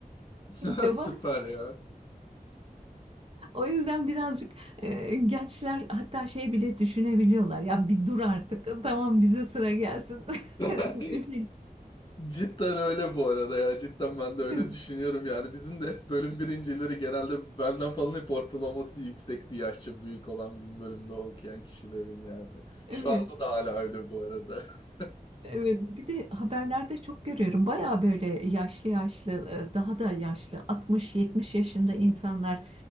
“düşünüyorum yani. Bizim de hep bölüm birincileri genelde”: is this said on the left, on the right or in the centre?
Left